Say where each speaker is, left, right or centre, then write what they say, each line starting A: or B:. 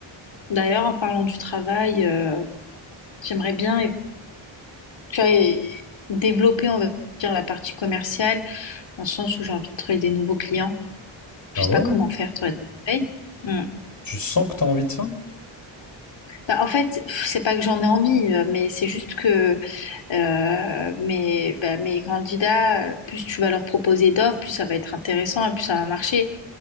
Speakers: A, on the left; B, on the left.
A: d'ailleurs, en parlant du travail, euh, j'aimerais bien, et- tu vois, et- développer, on va dire, la partie commerciale, dans le sens où j'ai envie de trouver des nouveaux clients. Je
B: Ah
A: sais
B: ouais?
A: pas comment faire, toi, des conseils. Hmm.
B: Tu sens que t'as envie de ça?
A: Bah, en fait, pff, c'est pas que j'en ai envie, euh, mais c'est juste que Euh, mais bah, mes candidats, euh, plus tu vas leur proposer d'offres, plus ça va être intéressant et plus ça va marcher.